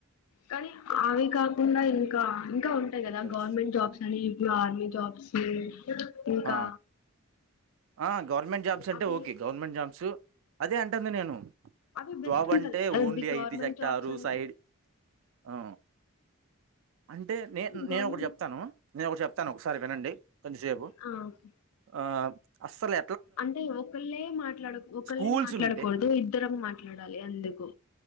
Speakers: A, on the left; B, on the right.
A: కానీ అవి కాదు గాకుండా ఇంకా ఇంకా ఉంటాయి కదా
B: అది
A: గవర్నమెంట్ జాబ్స్ అని ఇప్పుడు ఆర్మీ జాబ్స్ ఇంకా
B: ఆ ఆ గవర్నమెంట్ జాబ్స్ అంటే
A: అవి
B: ఓకే గవర్నమెంట్ జాబ్స్ అదే అంటంది నేను
A: అవి బెస్ట్
B: జాబ్
A: ఉంటది
B: అంటే
A: కదా
B: only
A: ఇది government
B: IT sector
A: jobs అంటే
B: సైడ్ ఆ అంటే నే
A: గవర్నమెంట్
B: నేను ఒకటి చెప్తాను నేను ఒకటి చెప్తాను ఒకసారి వినండి కొంచెం సేపు
A: ఆ ఓకే
B: ఆ అస్సల్
A: అంటే ఒకళ్ళే మాట్లాడ ఒకళ్ళే
B: స్కూల్స్
A: మాట్లాడకూడదు
B: ఉంటే
A: ఇద్దరం మాట్లాడాలి అందుకు